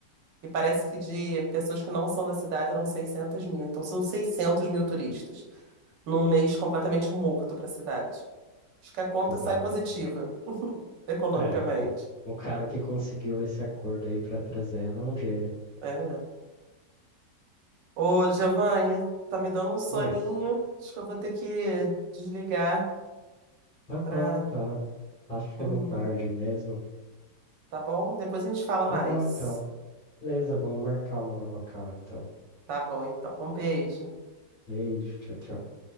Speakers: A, on the right; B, in the centre.
A: E parece que de pessoas que não são da cidade eram 600 mil. Então são 600 mil turistas num mês completamente morto para a cidade. Acho que a conta
B: Bizarro.
A: sai positiva economicamente.
B: É, o, o cara que conseguiu esse acordo aí pra trazer ela é um gênio.
A: É mesmo. Ô, Giovanni, tá me dando um soninho.
B: Oi,
A: Acho que eu vou ter que desligar
B: tá bom,
A: pra
B: tá. Tá ficando
A: dormir,
B: tarde mesmo.
A: tá bom? Depois a gente fala
B: Tá
A: mais.
B: bom então. Beleza, vamos marcar uma nova call então.
A: Tá bom, então. Um beijo.
B: Beijo, tchau, tchau.
A: Tchau.